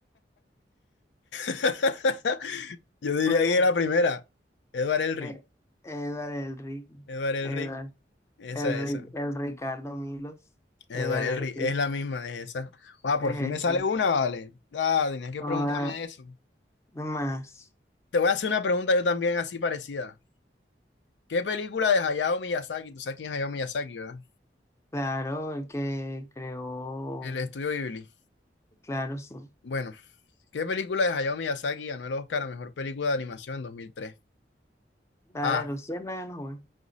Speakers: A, on the left; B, on the left.
A: <laughs> Yo diría
B: ¿Cuál
A: que
B: es?
A: la primera, Edward Elric.
B: eh, Edward el Rick,
A: Edward Elric,
B: Edward,
A: esa,
B: el Rick,
A: esa.
B: el Ricardo Milos,
A: Edward
B: Edward
A: Elric,
B: el Rick,
A: es la misma, es esa. Ah,
B: es
A: por fin me sale
B: ese.
A: una, vale. Ah, tenías que
B: Ah,
A: preguntarme de eso.
B: ¿qué más?
A: Te voy a hacer una pregunta yo también así parecida. ¿Qué película de Hayao Miyazaki? Tú sabes quién es Hayao Miyazaki, ¿verdad?
B: Claro, el que creó,
A: El estudio Ghibli.
B: claro, sí.
A: Bueno, ¿qué película de Hayao Miyazaki ganó el Oscar a mejor película de animación en 2003?
B: La
A: A.
B: de la Luciana, no, güey.